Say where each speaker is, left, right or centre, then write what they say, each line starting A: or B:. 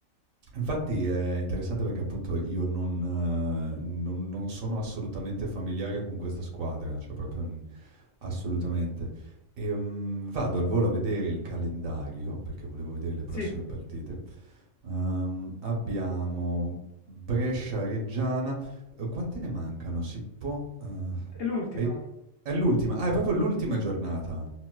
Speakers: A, on the right; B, on the left.
A: Infatti è interessante perché appunto io non eh, non non sono assolutamente familiare con questa squadra, cioè proprio Assolutamente. Ehm, vado al volo a vedere il calendario, perché volevo vedere le prossime
B: Sì,
A: partite. Ehm, abbiamo Brescia-Reggiana. Eh, Quante ne mancano? Si può... eh,
B: è l'ultima,
A: hai- è l'ultima. Ah, è proprio l'ultima giornata.